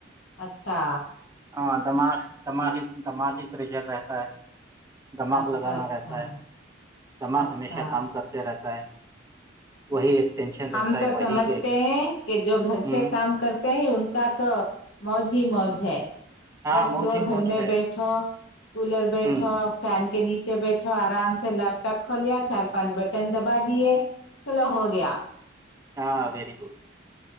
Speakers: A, on the left; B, on the right.
A: اچھا
B: ہاں دماغ دماغی دماغی پریشر رہتا ہے دھمغ
A: اچھا
B: لگانا
A: اچھا
B: رہتا ہے دمغ
A: اچھا
B: ہمیشہ کام کرتے رہتا ہے وہی ایک ٹینشن
A: ہم
B: رہتا ہے
A: تو
B: وہی
A: سمجھتے
B: کہ
A: ہیں کہ جو گھر
B: ہوں
A: سے کام کرتے ہیں ان کا تو موج ہی موج چھ
B: ہاں
A: بس
B: موج
A: لو
B: ہی
A: گھر
B: موج
A: میں
B: ہے
A: بیٹھو کولر بیٹھو
B: ہوں
A: فین کے نیچے پیچے بیٹھو آرام سے لیپ ٹاپ کھولیا چار پانچ بٹن دبا دیے چلو ہو گیا
B: ہاں ویری گڈ